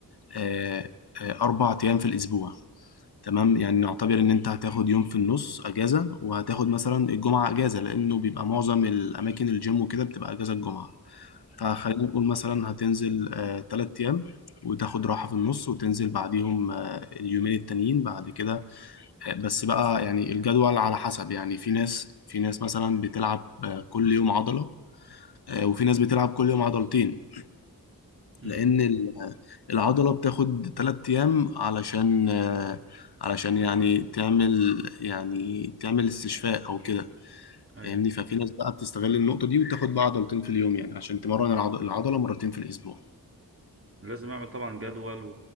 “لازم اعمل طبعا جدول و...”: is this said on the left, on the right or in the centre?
Right